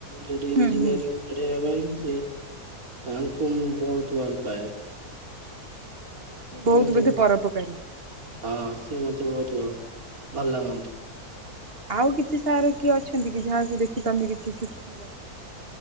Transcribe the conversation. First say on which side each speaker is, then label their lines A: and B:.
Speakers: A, on the right; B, on the right.
A: ସେଠି
B: ହୁଁ
A: ଇଞ୍ଜିନିୟରିଂ
B: ହୁଁ ହଁ।
A: ପଢେଇବା ପାଇଁ ସିଏ ତାଙ୍କୁୁ ମୁଁ ବୋହୁତ ଭଲ ପାଏ।
B: ଆଚ୍ଛା ସେ
A: ସିଏ
B: ବୋହୁତ
A: ମତେ
B: ବୋଧେ ପର‌ଉପକାରୀ।
A: ହଁ ସିଏ ମତେ ବୋହୁତ ଭ-ଭଲ ଲାଗନ୍ତି।
B: ଆଉ କିଛି ସାର୍ କିଏ ଅଛନ୍ତି କି ଯାହାକୁ ଦେଖି ତମେ କିଛି ଶିଖିଲ?